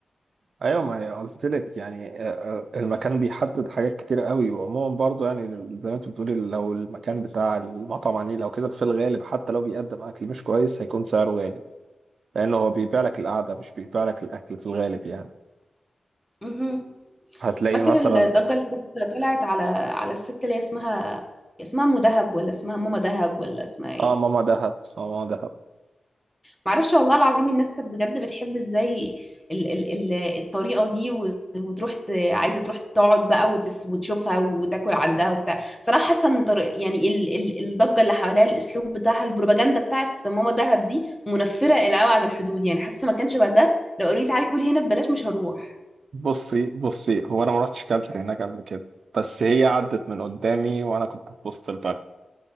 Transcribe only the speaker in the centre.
مهم.
فاكر
الضجه اللي كانت طلعت على على الست اللي هي اسمها اسمها ام دهب ولا اسمها ماما دهب ولا اسمها ايه
معرفش والله العظيم الناس كانت بجد بتحب ازاي ال ال ال الطريقة دي و- وتروح ت- عايزة تروح تقعد بقى وتس وتشوفها وتاكل عندها وبتاع بصراحة حاسة ان طريق يعني ال ال الضجة اللي حواليها الاسلوب بتاعها البروباجندا بتاعت ماما دهب دي منفرة الى ابعد الحدود يعني حاسة ما كانش بقى ده لو قريت علي كل هنا ببلاش مش هروح